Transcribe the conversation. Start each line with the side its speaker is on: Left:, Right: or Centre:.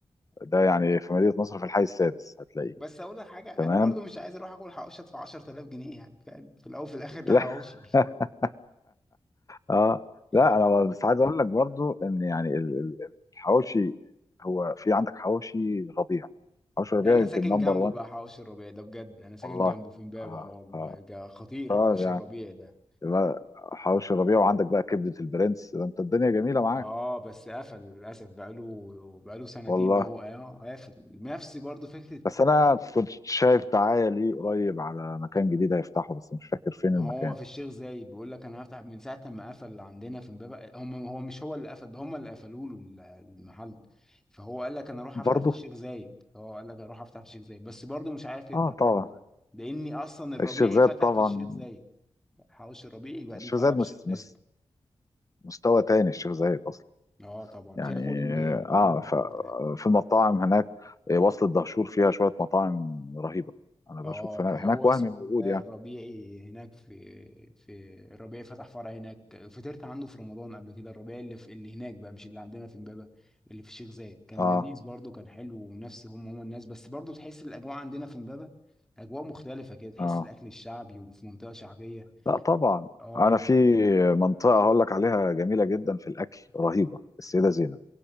Left: ده يعني في مدينة نصر في الحي السادس هتلاقيه
Centre: بس اقول لك حاجه انا
Left: تمام
Centre: برضو مش عايز اروح اكل حواوشي ادفع 10000 جنيه يعني فاهم في الاول وفي الاخر ده
Left: لا
Centre: حواوشي <laughs>
Left: <laughs> اه
Centre: يعني
Left: لا انا بس عايز اقول لك برضو ان يعني ال- ال- الحواوشي هو في عندك حواوشي ربيع حواوشي ربيع
Centre: ده انا
Left: يمكن
Centre: ساكن
Left: نمبر
Centre: جنبه
Left: 1
Centre: بقى حواوشي الربيع ده بجد انا ساكن
Left: والله
Centre: جنبه في امبابه
Left: اه
Centre: اه والله
Left: اه
Centre: ده خطير
Left: طيب
Centre: حواوشي
Left: يعني
Centre: الربيع ده
Left: يبقى حواوشي ربيع وعندك بقى كبدة البرنس ده انت الدنيا جميلة معاك
Centre: اه بس قفل للاسف بقاله بقاله سنتين
Left: والله
Centre: اهو اه آه، قافل نفس برضو فكره
Left: بس انا كنت شايف دعايه ليه قريب على مكان جديد هيفتحه بس مش فاكر فين
Centre: ما
Left: المكان
Centre: هو في الشيخ زايد بيقول لك انا هفتح من ساعه ما قفل اللي عندنا في امبابه هم هو مش هو اللي قفل ده هم اللي قفلوا له ال- المحل فهو قال لك انا اروح
Left: برضه
Centre: افتح في الشيخ زايد هو قال لك اروح افتح في الشيخ زايد بس برضه مش عارف يفتح
Left: اه
Centre: لحد
Left: طبعا
Centre: دلوقتي لاني اصلا الربيعي
Left: الشيخ زايد
Centre: فتح
Left: طبعا
Centre: في الشيخ زايد حوش الربيعي بقى
Left: الشيخ
Centre: ليه فرع
Left: زايد مس...
Centre: في الشيخ زايد
Left: مس... مستوى تاني الشيخ زايد اصلا
Centre: اه طبعا
Left: يعني
Centre: فيها كل
Left: اه
Centre: كل المحلات
Left: ف... في المطاعم هناك آه، وصلة دهشور فيها شويه مطاعم رهيبه انا بشوف
Centre: اه
Left: هناك,
Centre: ما هو
Left: هناك وهمي
Centre: اسمه
Left: موجود
Centre: ايه ده
Left: يعني
Centre: الربيعي هناك في في الربيعي فتح فرع هناك فطرت عنده في رمضان قبل كده الربيعي اللي في اللي هناك بقى مش اللي عندنا في امبابة اللي في الشيخ زايد كان
Left: اه
Centre: لذيذ برضه كان حلو ونفس هم هم الناس بس برضه تحس الاجواء عندنا في امبابة اجواء مختلفة كده تحس
Left: اه
Centre: الاكل الشعبي وفي منطقة شعبية
Left: لا طبعا
Centre: اه
Left: انا في منطقه هقول لك عليها جميله جدا في الاكل رهيبه السيده زينب